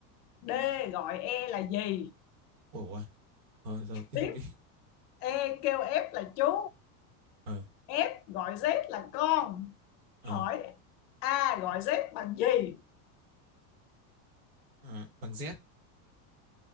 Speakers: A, on the left (about 70°); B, on the right (about 60°).
A: D gọi E là gì?
B: ôi ôi thôi rồi tiếp
A: Tiếp
B: tục đi
A: E kêu F là chú,
B: ờ
A: F gọi Z là con. Hỏi
B: ờ
A: A gọi Z bằng gì?
B: ờ bằng z